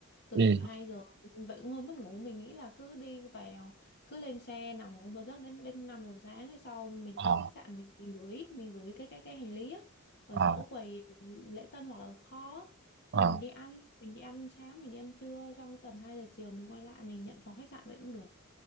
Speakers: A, on the left; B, on the right.
A: từ
B: ừ
A: từ hai giờ vậy cũng hơi mất ngủ mình nghĩ là cứ đi vào cứ lên xe nằm ngủ một giấc đến đến 5 giờ sáng hay sau mình
B: ờ
A: tới khách sạn mình, mình gửi mình gửi cái cái cái hành lý á, ở
B: ờ
A: chỗ quầy lễ tân hoặc là kho á.
B: ờ
A: xong mình đi ăn mình đi ăn sáng mình đi ăn trưa xong tầm 2 giờ chiều mình quay lại mình nhận phòng khách sạn vậy cũng được